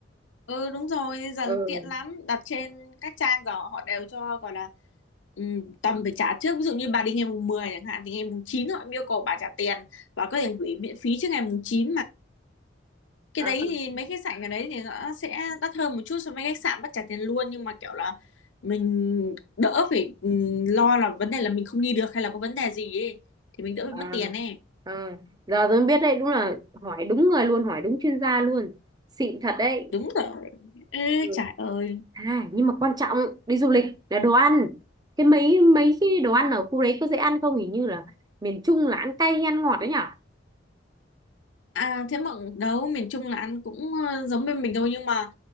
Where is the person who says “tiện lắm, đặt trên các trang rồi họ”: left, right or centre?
Left